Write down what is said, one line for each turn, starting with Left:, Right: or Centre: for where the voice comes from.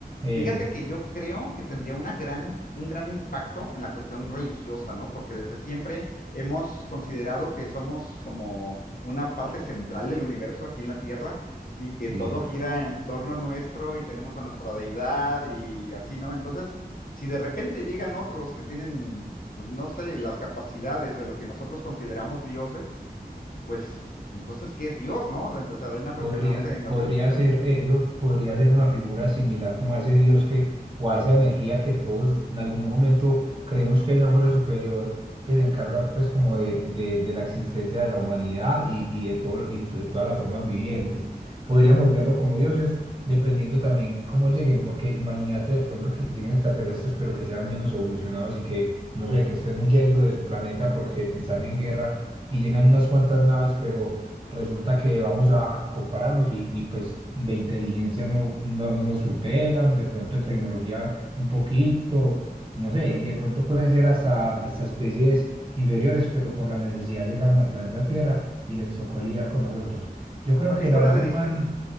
Right: Eh,
Left: Fíjate que yo creo que tendría una gran, un gran impacto en la cuestión religiosa, ¿no? Porque desde siempre hemos considerado que somos como una parte central del universo aquí en la Tierra y que
Right: Sí,
Left: todo gira en torno nuestro y tenemos a nuestra deidad y así, ¿no? Entonces, si de repente llegan otros que tienen, pues no sé, las capacidades de lo que nosotros consideramos dioses, pues entonces, ¿qué es Dios, no? Empezarán a cuestionarse
Right: podría,
Left: en la
Right: podría
Left: religión.
Right: ser eso, podría ser una figura similar como a ese Dios que, o a esa energía que todos en algún momento creemos que hay una fuerza superior que se encarga pues como de, de, de la existencia de la humanidad y, y de todo, y to- de todas las formas vivientes. Podríamos verlo como dioses, dependiendo también cómo lleguen, porque imagínate de pronto que lleguen extraterrestres, pero que sean menos evolucionados y que, no sé, que estén huyendo de su planeta porque están en guerra y llegan unas cuantas naves, pero resulta que vamos a compararnos y, y, pues de inteligencia no, no nos superan, de pronto de tecnología un poquito, no sé, y de pronto pueden ser hasta, hasta especies inferiores, pero por la necesidad llegaron al planeta Tierra y les tocó lidiar con nosotros. Yo creo
Left: ¿Has
Right: que
Left: visto
Right: la
Left: la
Right: raza
Left: de
Right: humana,
Left: Distrito?